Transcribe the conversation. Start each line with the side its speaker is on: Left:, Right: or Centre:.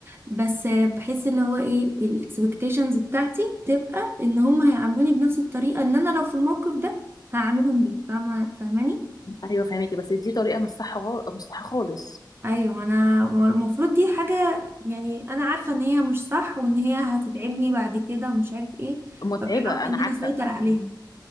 Right: بس بحس اللي هو ايه الاكسبكتيشنز بتاعتي بتبقى ان هم هيعاملوني بنفس الطريقة ان انا لو في الموقف ده هعاملهم بيه فاهمة فاهماني
Left: ايوه فهماكي بس دي طريقه مش صح غا- مش صح خالص
Right: ايوه انا المفروض دي حاجة يعني انا عارفة ان هي مش صح وان هي هتتعبني بعد كده ومش عارف ايه
Left: متعبه
Right: فبحاول
Left: انا
Right: ان انا
Left: عارفه
Right: اسيطر
Left: اه
Right: عليها